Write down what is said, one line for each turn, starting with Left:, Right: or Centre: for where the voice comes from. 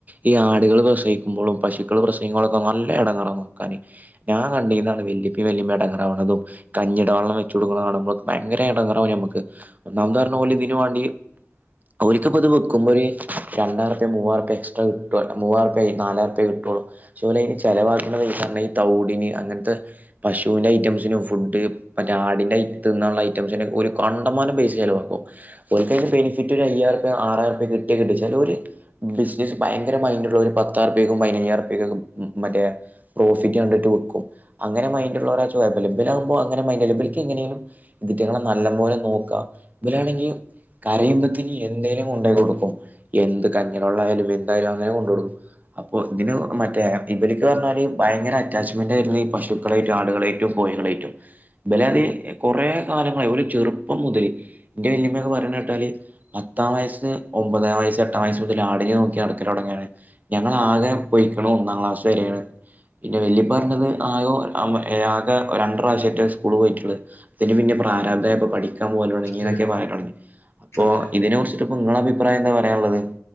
Right: ഈ ആടുകൾ പ്രസിക്കുമ്പോഴും പശുക്കൾ പ്രസിക്കുമ്പോളോ ഒക്കെ നല്ലടെങ്ങേറാ - നോ കാന് ഞാ കണ്ടീന്യതാണ് വലിപ്പി വല്ലിമ്മീം അടങ്ങറാവുന്നതും കഞ്ഞിട വെള്ളം വെച്ച കൊടുക്കനാവുമ്പോ ക്കെ ഭയങ്കര ഇടങ്ങറ നമുക്ക് ഒന്നാം പറഞ്ഞ പോലെ ഇതിനന് വേണ്ടി ഒരിക്കപ്പോ ഇത് വെക്കുമ്പോ ഒരു രണ്ടായിരുപ മൂവറുപ എക്സ്ട്രാ കിട്ടുള്ളു മൂവുപായി നാലായിരംുപ കിട്ടോുള്ളൂ പക്ഷെ ചിലവാക്കണേ തൗടിന് അങ്ങനത്തെ പശുവി ഐറ്റംസന് ഫുഡ് മറ്റേ ആടിന്റെതിന്നാ ളേ ഓൽ കണ്ടമാനം പൈസ ചെലവാകും ഓൽ കൈൻ ബെനിഫിറ്റ് ഒരു അയ്യായിരം ആറായിർ പിട്ട കിട്ടിയകിട്ടും ചേലോർ ബിസിനസ് ഭയങ്കരമൈന്റ് ഉള്ളോർ പത്താറുപേക്കും പതിനഞ്ഞ്യാറ് പക്ക മറ്റേ പ്രോഫിറ്റ് കണ്ടിട്ട് വിക്കും അങ്ങനെ മൈന്ഡുള്ളരാ ച്ചാ കൊഴപ്പല്യ ബലവുമ്പോ അങ്ങനെ മൈന്റ്അല്ല എങ്ങനെിലും ഇതിറ്റങ്ങെ നല്ല പോോലെ നോക്കാ ഇലാണെങ്കിൽ കരയുമ്പത്തന് എന്തേലും ഉണ്ടാക്കി കൊടുക്കും എന്ത് കഞ്ഞിലള്ള ആയാലും എന്തായാലും അങ്ങനെ കൊണ്ട കൊടുക്കും അപ്പൊ ഇതിന് മറ്റേ ഇവർക്ക് ന്ന് പറഞ്ഞാൽ ഭയങ്കര അറ്റാച്ച്മെന്റ് ആയിരുന്നു ഈ പശുക്കളെയും ആടുകളെയറ്റും കോഴികളെയറ്റും ബലാണേൽ കൊറേ കൊറേ ഒരു ചെറുപ്പം മുതൽന്റെ വലിയുമ്മ പറ കേട്ടാൽ പത്താം വയസ് ഒമ്പതാം വയസ്സ് എട്ടാം വയസ് മുതൽ ആടിനെ നോക്കി നടക്കൻ തുടങ്ങിയാണ് ഞങ്ങൾ ആകെ പോയിക്കു ഒന്നാം ക്ലാസ് വരെയാണ് പിന്നെ വല്പറഞ്ഞത് ആകോ ആകെ രണ്ട പ്രാവശ്യട്ട് സ്കൂള് പോയിട്ടുള്ളത് അതിന് പിന്നെ പ്രാരാപ്തം അപ്പ് പഠിക്കും പോല തോട് ങ്ങി
Left: അതെ
Right: എന്നൊക്കെ പറട്ടു അപ്പോ
Left: അതെ അതെ
Right: ഇതിനെ കുറിച്ചിട്ട ഇപ്പോ നിങ്ങളുടെ അഭിപ്രായം എന്താ പറയാനുള്ളത്